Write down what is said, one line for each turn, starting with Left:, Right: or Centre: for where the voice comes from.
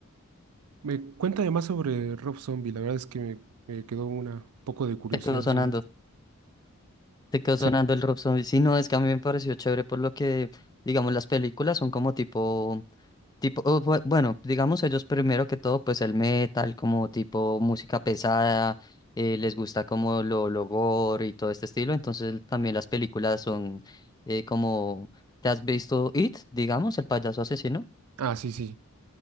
Right: me cuenta más sobre Rob Zombie. La verdad es que me, me quedó una un poco de curiosidad
Left: Te quedó sonando.
Right: sobre esto.
Left: Te quedó
Right: Sí.
Left: sonando el Rob Zombie. Sí, no, es que a mí me pareció chévere por lo que, digamos, las películas son como tipo, tipo, o bue- bueno, digamos ellos primero que todo, pues el metal, como tipo música pesada, eh, les gusta como lo, lo gore y todo este estilo, entonces también las películas son eh, como, ¿te has visto It, digamos, el payaso asesino?
Right: Ah, sí, sí.